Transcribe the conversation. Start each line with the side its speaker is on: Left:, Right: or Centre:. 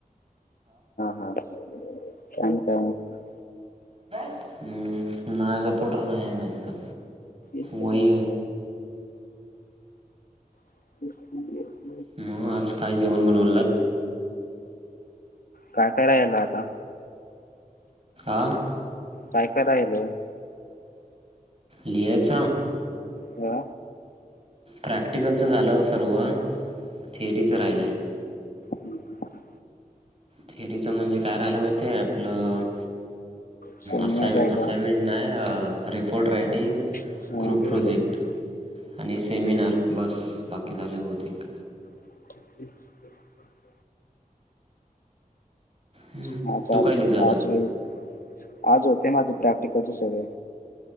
Left: हां. <unintelligible>
Right: हम्म नाही सपोर्टर नाही यन इकडं.
Left: केस
Right: वही आहे.
Left: <unintelligible>
Right: म आज काय जेवणं बनवलात?
Left: काय कयरायला आता?
Right: आं?
Left: काय कराईल?
Right: लिघ्याच
Left: का?
Right: प्रॅक्टिकलच झालं ओ सर्व. थेअरीचं राहिलंय.
Left: हम्म हम्म.
Right: थेरीचं म्हणजे काय राहियला माहिय आपलं
Left: शून्य
Right: असय
Left: काय
Right: असायनमेंट
Left: काय असते
Right: नाही रिपोर्टर राेट प्टिंग
Left: हा.
Right: ग्रुप प्रोजेक्ट
Left: डबल
Right: आणि सेमिनार बस बाकी झाले बहुतेक
Left: <inaudible>
Right: हम्
Left: माझं
Right: तू
Left: आज
Right: काय लिहितो आता
Left: आज होईल आज होते माझ प्रॅक्टिकलचे सगळे